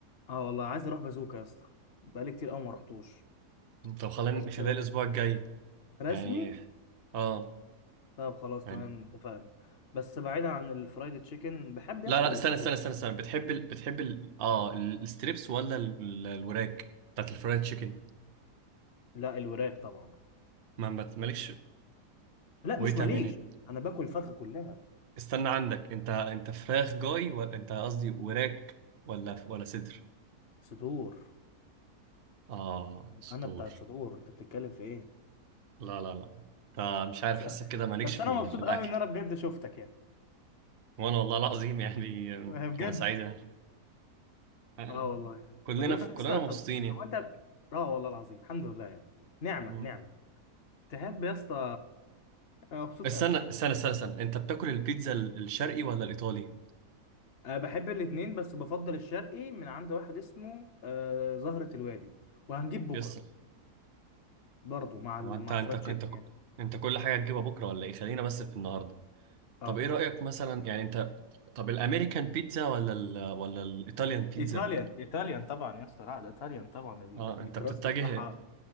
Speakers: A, on the left; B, on the right.
A: اه والله عايز اروح بازوكا يا اسطى بقالي كتير قوي ما رحتوش
B: طب خلينا
A: بس
B: نخليها
A: آه،
B: الاسبوع الجاي
A: رسمي
B: يعني اه
A: طب خلاص
B: يعني
A: تمام اتفقنا بس بعيدا عن الفرايد تشيكن بحب
B: لا
A: يا اسطى
B: لا
A: الستيك
B: استنى استنى استنى استنى بتحب ال... بتحب ال... اه ال- الستريبس ولا ال... ال- الوراك بتاعت الفرايد تشيكن
A: لا الوراك طبعا
B: ما ما- مالكش
A: لا
B: ويت
A: مش ماليش
B: ا مينيت
A: انا باكل الفرخه كلها
B: استنى عندك انت انت فراخ جاي ولا انت قصدي وراك ولا ولا صدر
A: صدور
B: اه صدور
A: انا بتاع الصدور انت بتتكلم في ايه
B: لا لا لا انت مش عارف
A: مش
B: حاسك
A: عارف.
B: كده مالكش
A: بس
B: في
A: انا
B: ال...
A: مبسوط
B: في الاكل
A: قوي ان انا بجد شفتك يعني
B: وانا والله العظيم يعني
A: آه، بجد
B: انا سعيد انا آه،
A: اه والله
B: كلنا
A: طب يا
B: في... كلنا
A: اسطى
B: مبسوطين
A: طب
B: يعني
A: هو انت اه والله العظيم الحمد لله يعني نعمه
B: مم.
A: نعمه تحب يا اسطى انا مبسوط
B: استنى
A: قوي
B: استنى استنى استنى انت بتاكل البيتزا ال- الشرقي ولا الايطالي
A: أه بحب الاتنين بس بفضل الشرقي من عند واحد اسمه أه زهرة الوادي وهنجيب بكره
B: يس
A: برضو مع
B: هو
A: ال...
B: انت
A: مع
B: انت
A: الفرايد تشيكن
B: انت
A: يعني
B: انت كل حاجه هتجيبها بكره ولا ايه خلينا بس في النهارده
A: اه
B: طب ايه رايك مثلا يعني انت طب الامريكان بيتزا ولا ال... ولا الايطاليان بيتزا
A: ايطاليان ايطاليان طبعا يا اسطى لا الايطاليان طبعا ال-
B: اه انت
A: الكراست
B: بتتجه
A: بتاعها